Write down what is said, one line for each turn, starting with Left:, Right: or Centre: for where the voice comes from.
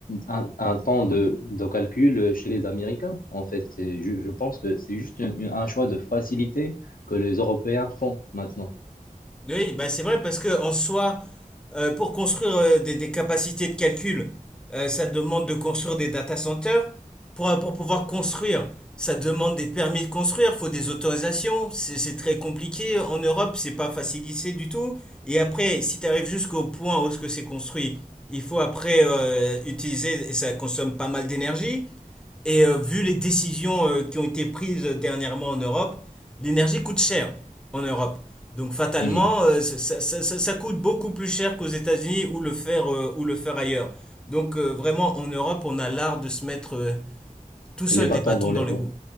Left: un, un temps de, de calcul chez les Américains. En fait, c'est ju- je, pense que c'est juste un, un choix de facilité que les Européens font maintenant.
Centre: Oui, bah c'est vrai parce que en soi, euh, pour construire euh, des, des capacités de calcul, euh, ça demande de construire des data centers. Pour, euh, pour pouvoir construire, ça demande des permis de construire, faut des autorisations. C'est c'est très compliqué. En Europe, c'est pas facilité du tout. Et après, si tu arrives jusqu'au point où ce que c'est construit, il faut après euh, utiliser, et ça consomme pas mal d'énergie. Et euh, vu les décisions euh, qui ont été prises dernièrement en Europe, l'énergie coûte cher en Europe. Donc fatalement,
Left: Hmm.
Centre: euh, ça, ça- ça- ça- coûte beaucoup plus cher qu'aux États-Unis ou le faire, euh, ou le faire ailleurs. Donc euh, vraiment, en Europe, on a l'art de se mettre euh, tout seul
Left: Et les bâtons
Centre: des bâtons
Left: dans
Centre: dans
Left: les roues.
Centre: les roues.